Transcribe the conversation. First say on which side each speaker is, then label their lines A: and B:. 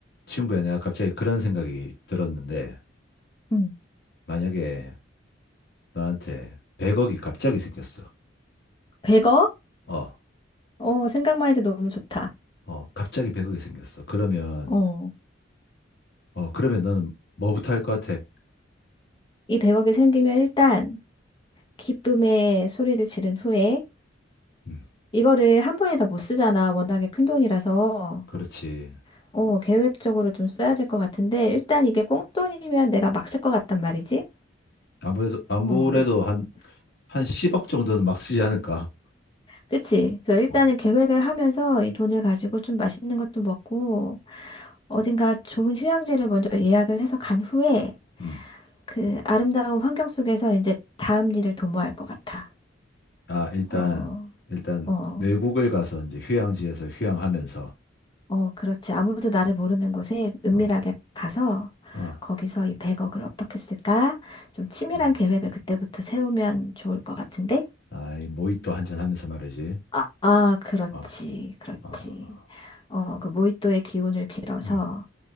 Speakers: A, on the left (about 60°); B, on the left (about 25°).
A: 친구야, 내가 갑자기 그런 생각이 들었는데,
B: 음.
A: 만약에 너한테 100억이 갑자기 생겼어.
B: 100억?
A: 어,
B: 어, 생각만 해도 너무 좋다.
A: 어, 갑자기 100억이 생겼어. 그러면,
B: 어,
A: 어, 그러면 너는 뭐부터 할 것 같아?
B: 이 100억이 생기면 일단 기쁨의 소리를 지른 후에
A: 음,
B: 이거를 한 번에 다 못 쓰잖아. 워낙에 큰 돈이라서.
A: 그렇지.
B: 어, 계획적으로 좀 써야 될 것 같은데 일단 이게 꽁돈이면 내가 막 쓸 것 같단 말이지.
A: 아무래도, 아무래도
B: 어,
A: 한, 한 10억 정도는 막 쓰지 않을까?
B: 그치? 그래서 일단은
A: 어,
B: 계획을 하면서 이 돈을 가지고 좀 맛있는 것도 먹고 어딘가 좋은 휴양지를 먼저 예약을 해서 간 후에
A: 음.
B: 그 아름다운 환경 속에서 이제 다음 일을 도모할 것 같아.
A: 아, 일단,
B: 어,
A: 일단,
B: 어,
A: 외국을 가서 이제 휴양지에서 휴양하면서,
B: 어, 그렇지. 아무도 나를
A: 어,
B: 모르는 곳에 은밀하게
A: 어,
B: 가서
A: 어,
B: 거기서 이 100억을 어떻게 쓸까? 좀 치밀한
A: 어.
B: 계획을 그때부터 세우면 좋을 것 같은데?
A: 아이, 모히또 한잔 하면서 말이지.
B: 아, 아, 그렇지.
A: 어,
B: 그렇지.
A: 어,
B: 어, 그 모히또의 기운을 빌어서
A: 음.